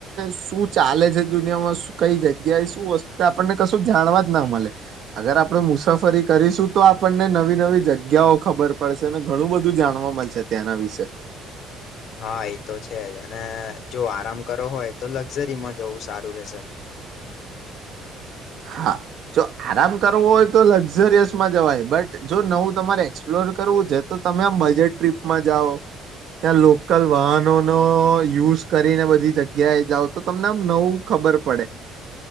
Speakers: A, on the right (about 55°); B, on the left (about 60°).
A: શું ચાલે છે દુનિયામાં કઈ જગ્યાએ શું વસ્તુ આપણને કશું જાણવા જ ના મળે અગર આપણે મુસાફરી કરીશું તો આપણને નવી નવી જગ જગ્યાઓ ખબર પડશે અને ઘણું બધું જાણવા મળશે ત્યાંના વિશે
B: હા એ તો છે જ અને જો આરામ કરો હોય તો લક્ઝરીમાં જવું સારું રહેશે.
A: હા જો આરામ કરવો હોય તો લક્ઝરિયસમાં જવાય બટ જો નવું તમારે એક્સપ્લોર કરવું છે તો તમે આમ બજેટ ટ્રીપમાં જાઓ ત્યાં લોકલ વાહનોનો યુઝ કરીને બધી જગ્યાએ જાઓ તો તમને આમ નવું ખબર પડે